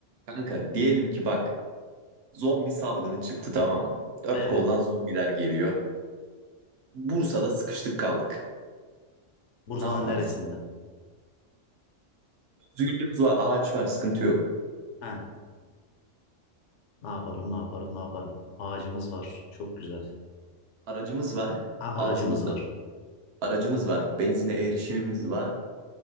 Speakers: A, on the right; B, on the left.
A: Kanka diyelim ki bak zombi salgını çıktı tamam mı? Dört
B: E,
A: koldan zombiler geliyor. Bursa'da sıkıştık kaldık.
B: Bursa'nın
A: Ne yaparız?
B: neresinde?
A: Özgürlüğümüz var, araç var, sıkıntı yok.
B: He, ne yaparım, ne yaparım, ne yaparım? Ağacımız var. Çok güzel.
A: Aracımız var
B: Ha,
A: altımızda.
B: aracımız var.
A: Aracımız var, benzine erişimimiz var.